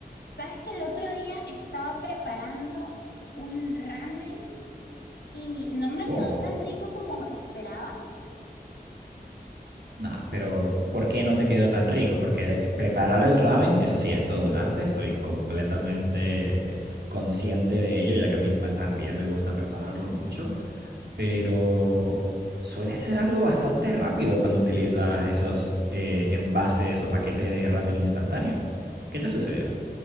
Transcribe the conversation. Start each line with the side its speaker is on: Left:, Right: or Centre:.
Left: Sabes que el otro día estaba preparando un ramen y no me
Right: Oh,
Left: quedó tan rico como esperaba.
Right: nada. pero ¿por qué no te quedó tan rico? Porque le- preparar el ramen, eso sí, es todo un arte. Estoy completamente consciente de ello, ya que a mí ma- también me gusta prepararlo mucho. Pero suele ser algo bastante rápido cuando utilizas esos eh, envases o paquetes de ramen instantáneo. ¿Qué te sucedió?